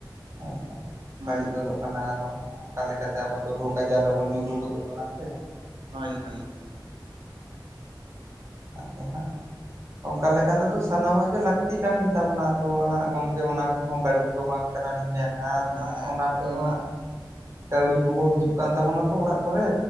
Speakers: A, on the right (about 35°); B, on the right (about 85°).
A: ᱦᱳᱭᱥᱮ।
B: ᱦᱮᱸ
A: ᱵᱟᱹᱲᱤᱡ ᱜᱚᱫᱚᱜ ᱠᱟᱱᱟ। ᱟᱫᱚ ᱦᱟᱸᱜ ᱚᱱᱠᱟ ᱞᱮᱠᱟᱛᱮ ᱟᱵᱚ ᱫᱚ ᱨᱳᱜᱽ ᱟᱡᱟᱨ ᱨᱮᱵᱚᱱ ᱧᱩᱨᱩ ᱜᱚᱫᱚᱜ ᱠᱟᱱᱟ ᱥᱮ?
B: ᱦᱳᱭ ᱦᱳᱭ।
A: ᱟᱫᱚ ᱦᱟᱸᱜ ᱼᱼ ᱚᱝᱠᱟ ᱞᱮᱠᱟ ᱛᱮᱫᱚ ᱥᱟᱱᱟᱢᱟᱜ ᱜᱮ ᱞᱟᱹᱠᱛᱤ ᱠᱟᱱ ᱜᱮ ᱛᱟᱵᱚᱱᱟ। ᱛᱚ ᱦᱟᱸᱜ ᱜᱚᱝᱠᱮ ᱚᱱᱟ ᱠᱚᱦᱚᱸ ᱵᱟᱹᱲᱤᱡ ᱫᱚ ᱵᱟᱝ ᱼᱼ ᱠᱟᱱᱟ ᱞᱤᱧ ᱢᱮᱱᱟ। ᱟᱫᱚ
B: ᱦᱮᱸ
A: ᱦᱟᱸᱜ ᱚᱱᱟ
B: ᱟᱫᱚ
A: ᱛᱮᱦᱚᱸ ᱦᱟᱸᱜ ᱼᱼ ᱠᱟᱹᱣᱰᱤ ᱠᱚ ᱦᱚᱸ ᱦᱤᱡᱩᱜ ᱠᱟᱱ ᱛᱟᱵᱚᱱᱟ ᱛᱚ ᱚᱲᱟᱜ ᱠᱚᱨᱮ।